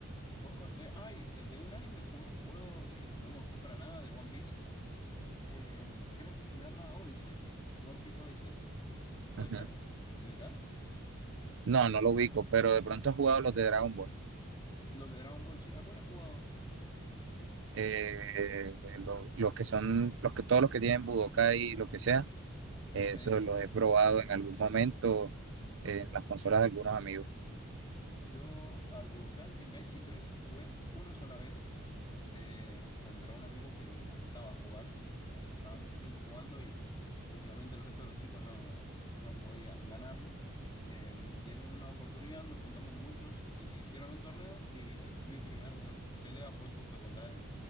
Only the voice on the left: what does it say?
¿Vos co- eh, ay, eh, de un anime jugué un juego que no me gustó para nada de One Piece. Eh, creo que se llama Odyssey. One Piece Odyssey. ¿Puede
ser? ¿Ubicás?
Los de Dragon Ball, sí. ¿A cuál has jugado?
Sí.
Yo al Budokai Tenkaichi tres jugué una sola vez. eh, contra un amigo que le encantaba jugar. eh, pasaba mucho tiempo jugando y prácticamente el resto de los chicos no, no podían ganarle. Eh, y en una oportunidad nos juntamos muchos y hicieron un torneo y mi primer pelea fue justo contra él.